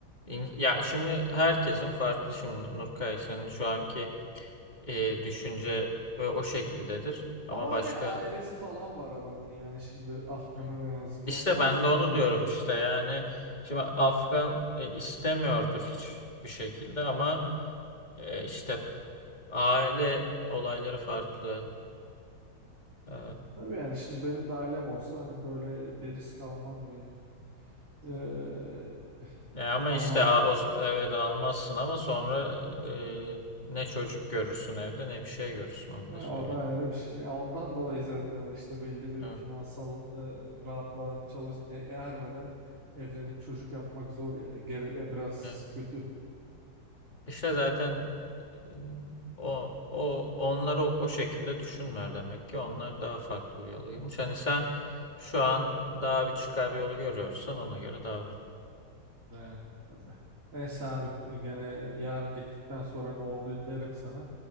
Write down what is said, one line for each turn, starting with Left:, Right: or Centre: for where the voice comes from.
Left: İn- Ya şimdi herkesin farklı şimdi Nurkay senin şu anki e, düşünce ve o şekildedir. Ama
Right: ama
Left: başka
Right: hani ailesi falan var adamın yani şimdi Afgan'ın
Left: Hı.
Right: en azından
Left: İşte
Right: sanıyorsam
Left: ben de onu
Right: çocuğu.
Left: diyorum işte yani şimdi Afgan e, istemiyordur hiçbir şekilde ama e, işte aile olayları farklı. E,
Right: Tabii yani şimdi benim de ailem olsa hani böyle bir risk almam yani. E,
Left: e, ama
Right: almazdım
Left: işte a- o,
Right: yani.
Left: z- evet almazsın ama sonra e, ne çocuk görürsün evde ne bir şey görürsün onu
Right: Ya
Left: da söyleyeyim.
Right: o da ayrı bir şey. Ya ondan dolayı zaten işte belli bir
Left: Evet,
Right: finansal e, rahatlığa çalış e, ermeden evlenip çocuk yapmak zor ya. Gere ya biraz
Left: evet.
Right: kötü.
Left: İşte zaten e, o o onları o, o şekilde düşünmüyor demek ki onlar daha farklı bir yola girmiş. Hani sen şu an daha bir çıkar yolu görüyorsan ona göre davran.
Right: Ne, öyle. Neyse abi e, gene yarın gittikten sonra ne oldu derim sana.